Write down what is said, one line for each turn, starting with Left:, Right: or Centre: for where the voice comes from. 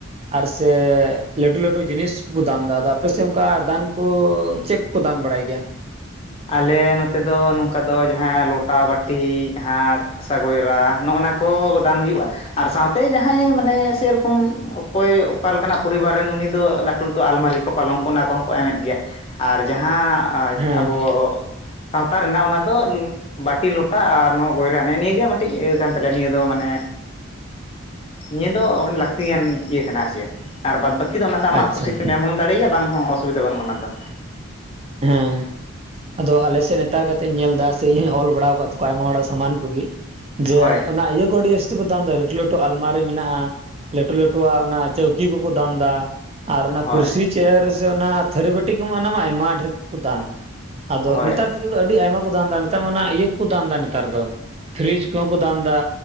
Right: ᱟᱨ ᱥᱮ ᱞᱟᱹᱴᱩ ᱞᱟᱹᱴᱩ ᱡᱤᱱᱤᱥ ᱠᱩ ᱫᱟᱱ ᱫᱟ᱾ ᱟᱫᱚ ᱟᱯᱟᱥᱮᱜ ᱚᱝᱠᱟ ᱫᱟᱱ ᱠᱚ ᱪᱮᱜ ᱠᱚᱠᱚ ᱫᱟᱱ ᱵᱟᱲᱟᱭ ᱜᱮᱭᱟ?
Left: ᱟᱞᱮ ᱱᱚᱛᱮ ᱫᱚ ᱱᱚᱝᱠᱟ ᱫᱚ ᱡᱟᱦᱟᱸ ᱞᱚᱴᱟ ᱵᱟᱹᱴᱤ ᱡᱟᱦᱟᱸ ᱦᱟᱥᱟ ᱜᱚᱭᱨᱟ ᱱᱚᱜᱼᱱᱟ ᱠᱚ ᱜᱚ ᱫᱟᱱ ᱦᱩᱭᱩᱜᱼᱟ᱾ ᱟᱨ ᱥᱟᱶᱛᱮ ᱡᱟᱦᱟᱸᱭ ᱢᱟᱱᱮ ᱥᱮᱨᱚᱠᱚᱢ ᱚᱠᱚᱭ ᱚᱠᱟ ᱞᱮᱠᱟᱱᱟᱜ ᱯᱚᱨᱤᱵᱟᱨ ᱨᱮᱱ ᱩᱱᱤ ᱫᱚ ᱞᱟᱹᱴᱩ ᱞᱟᱹᱴᱩ ᱟᱞᱢᱟᱨᱤ ᱠᱚ ᱯᱟᱞᱚᱝ ᱠᱚ ᱚᱱᱟ ᱠᱚᱦᱚᱸ ᱠᱚ ᱮᱢᱮᱜ ᱜᱮᱭᱟ ᱟᱨ ᱡᱟᱦᱟᱸ
Right: ᱦᱮᱸ
Left: ᱟᱵᱚ ᱥᱟᱶᱛᱟ ᱨᱮᱱᱟᱜ ᱚᱱᱟᱫᱚ, ᱵᱟᱹᱴᱤ ᱞᱚᱴᱟ ᱟᱨ ᱱᱚᱣᱟ ᱜᱚᱭᱨᱟ ᱱᱮᱜ ᱮ ᱱᱤᱭᱟᱹ ᱜᱮ ᱢᱟᱴᱤᱜ ᱤᱭᱟᱹ ᱠᱟᱱ ᱛᱟᱞᱮᱭᱟ ᱱᱤᱭᱟᱹ ᱫᱚ᱾ ᱢᱟᱱᱮ ᱱᱤᱭᱟᱹ ᱫᱚ ᱞᱟᱹᱠᱛᱤᱭᱟᱱ ᱤᱭᱟᱹ ᱠᱟᱱᱟ ᱟᱨ ᱪᱮᱫ ᱟᱨ ᱵᱟᱫ ᱵᱟᱹ ᱠᱤ ᱫᱚ ᱚᱱᱟ ᱫᱚ ᱟᱢᱟᱜ
Right: ᱟᱪᱪᱷᱟ
Left: ᱠᱩᱥᱤᱛᱮᱢ ᱮᱢ ᱦᱚᱸᱢ ᱫᱟᱲᱮᱭᱼᱟ ᱵᱟᱝ ᱦᱚᱸ ᱚᱥᱩᱵᱤᱫᱟ ᱵᱟᱹᱱᱩᱜᱼᱟ ᱚᱱᱟ ᱫᱚ᱾
Right: ᱦᱮᱸ ᱟᱫᱚ ᱟᱞᱮ ᱥᱮᱜ ᱨᱮ ᱱᱮᱛᱟᱨ ᱠᱟᱛᱮ ᱤᱧ ᱧᱮᱞ ᱫᱟ ᱥᱮ ᱤᱧ ᱦᱚᱧ ᱚᱞ ᱵᱟᱲᱟᱣ ᱠᱟᱜ ᱛᱟᱠᱚᱣᱟ ᱟᱭᱢᱟ ᱦᱚᱲᱟᱜ ᱥᱟᱢᱟᱱ ᱠᱚᱜᱮ
Left: ᱦᱳᱭ
Right: ᱡᱮ ᱚᱱᱟ ᱤᱭᱟᱹ ᱠᱚ ᱟᱹᱰᱤ ᱡᱟᱹᱥ ᱛᱤ ᱠᱚ ᱫᱟᱱ ᱫᱟ ᱞᱟᱹᱴᱩ ᱞᱟᱹᱴᱩ ᱟᱞᱢᱟᱨᱤ ᱢᱮᱱᱟᱜᱼᱟ ᱞᱟᱹᱴᱩ ᱞᱟᱹᱴᱩᱣᱟᱜ ᱚᱱᱟ ᱪᱟᱹᱣᱠᱤ ᱠᱚᱠᱚ ᱫᱟᱱ ᱫᱟ᱾ ᱟᱨ ᱚᱱᱟ ᱠᱩᱨᱥᱤ
Left: ᱦᱳᱭ
Right: ᱪᱮᱭᱟᱨ ᱨᱮᱥᱮ ᱚᱱᱟ ᱛᱷᱟᱹᱨᱤ ᱵᱟᱹᱴᱤ ᱠᱚᱢᱟ ᱚᱱᱟ ᱢᱟ ᱟᱭᱢᱟ ᱰᱷᱮᱨ ᱠᱩ ᱫᱟᱱ᱾ ᱟᱫᱚ
Left: ᱦᱳᱭ
Right: ᱱᱮᱛᱟᱨ ᱱᱤᱛᱚᱜ ᱫᱚ ᱟᱹᱰᱤ ᱟᱭᱢᱟ ᱠᱚ ᱫᱟᱱ ᱫᱟ, ᱢᱮᱛᱟᱜ ᱢᱮ ᱚᱱᱟ ᱤᱭᱟᱹ ᱠᱚᱠᱚ ᱫᱟᱱ ᱫᱟ, ᱱᱮᱛᱟᱨ ᱫᱚ ᱯᱷᱨᱤᱡᱽ ᱠᱚᱦᱚᱸ ᱠᱚ ᱫᱟᱱ ᱫᱟ᱾